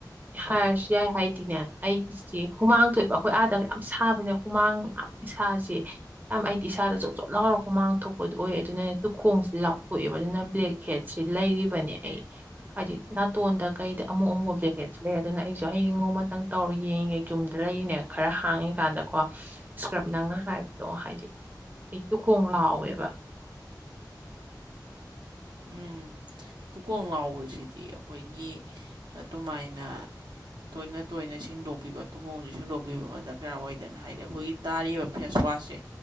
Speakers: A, on the right; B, on the right.
A: ꯍꯥꯏꯔꯁꯨ ꯌꯥꯏ ꯍꯥꯏꯗꯤꯅꯦ ꯑꯩꯁꯦ ꯍꯨꯃꯥꯡ ꯊꯣꯛꯣꯏꯕ ꯑꯩꯈꯣꯏ ꯑꯥꯗꯒ ꯌꯥꯝ ꯁꯥꯕꯅꯦ ꯍꯨꯃꯥꯡ ꯌꯥꯝ ꯏꯁꯥꯁꯦ ꯌꯥꯝ ꯑꯩꯗꯤ ꯏꯁꯥꯗ ꯆꯣꯠ ꯆꯣꯠ ꯂꯥꯎꯔꯄ ꯃꯥꯡ ꯊꯣꯛꯣꯛꯄꯗꯣ ꯑꯣꯏ ꯑꯗꯨꯅꯅꯦ ꯇꯨꯈꯣꯡꯁꯦ ꯂꯥꯎꯊꯣꯛꯑꯕ ꯑꯗꯨꯅ ꯕ꯭ꯂꯦꯛ ꯍꯦꯠꯁꯤ ꯂꯩꯔꯤꯕꯅꯦ ꯑꯩ ꯍꯥꯏꯗꯤ ꯅꯥꯇꯣꯟꯗ ꯀꯩꯗ ꯑꯃꯨꯛ ꯑꯃꯨꯕ ꯖꯦꯀꯦꯠꯁꯦ ꯂꯩ ꯑꯗꯨꯅ ꯑꯩꯁꯨ ꯍꯌꯦꯡ ꯉꯧꯃꯇꯪ ꯇꯧꯔ ꯌꯦꯡꯉꯦ ꯌꯨꯝꯗ ꯂꯩꯔꯤꯅꯦ ꯈꯔ ꯍꯥꯡꯉꯤꯀꯥꯟꯗꯀꯣ ꯏꯁꯀ꯭ꯔꯞ ꯅꯪꯅ ꯍꯥꯏꯕꯗꯣ ꯍꯥꯏꯗꯤ ꯑꯩꯁꯨ ꯈꯣꯡ ꯂꯥꯎꯋꯦꯕ
B: ꯎꯝ ꯇꯨꯀꯣꯡ ꯉꯥꯎꯕꯁꯤꯗꯤ ꯑꯩꯈꯣꯏꯒꯤ ꯑꯗꯨꯃꯥꯏꯅ ꯇꯣꯏꯅ ꯇꯣꯏꯅ ꯁꯦꯡꯗꯣꯛꯄꯤꯕ ꯊꯨꯍꯣꯡꯁꯨ ꯁꯦꯡꯗꯣꯛꯄꯤꯕ ꯑꯃ ꯗꯔꯀꯥꯔ ꯑꯣꯏꯗꯅ ꯍꯥꯏꯗꯤ ꯑꯩꯈꯣꯏꯒꯤ ꯇꯥꯔꯤꯕ ꯐꯦꯁ ꯋꯥꯁꯦ